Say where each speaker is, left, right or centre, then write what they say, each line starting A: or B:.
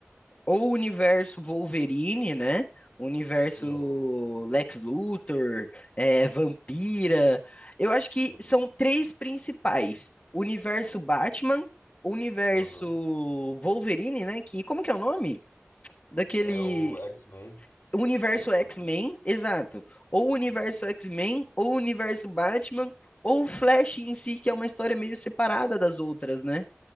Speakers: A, on the left; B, on the left.
A: ou o universo Wolverine, né? O universo
B: Sim,
A: Lex Luthor, é, Vampira. Eu acho
B: sim.
A: que são três principais: o universo Batman, o universo
B: Aham.
A: Wolverine, né? Que como que é o nome? Daquele
B: É o X-Men.
A: o universo
B: X-Men.
A: X-Men, exato. Ou o universo
B: Uhum.
A: X-Men, ou o universo Batman, ou o Flash em si, que é uma história meio separada das outras, né?